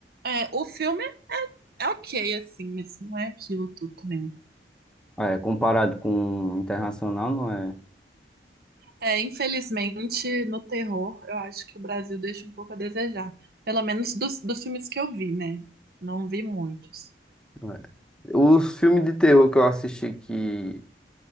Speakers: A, on the right; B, in the centre.
A: é, o filme é, é ok, assim, mas não é aquilo tudo também.
B: É, comparado com internacional, não é?
A: É, infelizmente, no terror, eu acho que o Brasil deixa um pouco a desejar. Pelo menos dos, dos filmes que eu vi, né? Não vi muitos.
B: Não É. Os filmes de terror que eu assisti que,